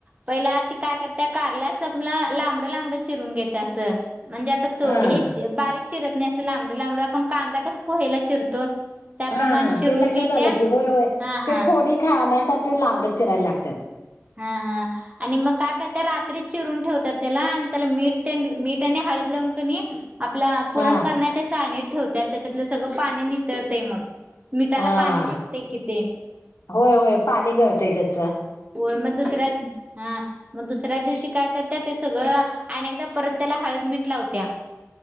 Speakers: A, on the right; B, on the left.
A: पहिला ती काय करत्या कारला संबल लांबडं लांबडं चिरून घेत्या असं. म्हणजे आता तो
B: हां,
A: हेच बारीक चिरत नाही असं लांबड लांबड आपण कांदा कसं पोह्याला चिरतो त्याप्रमाण
B: हा, हा.
A: चिरून
B: ते लक्षात
A: घेत्या
B: आलं की होय होय
A: हा हा
B: ते फोडी खा याला त्यासाठी लांबड चिरायला लागत्यात.
A: हां हां आणि मग काय करते रात्री चिरून ठेवत्यात त्याला अन आणि त्याला मीठ ते मीठ आणि हळद लावून कनी आपला पुरण
B: हां,
A: करण्याच्या चाळणीत ठेवत्यात. तेच्यातल सगळं पाणी नितळतय मग. मिठाला
B: हा.
A: पाणी सुटतय कि ते
B: व्हय व्हय पाणी गळतंय त्येच
A: होय मग दुसऱ्या. हां मग दुसऱ्या दिवशी काय कर त्यात ते सगळं. आणि एकदा परत त्याला हळद मठ लावतीया.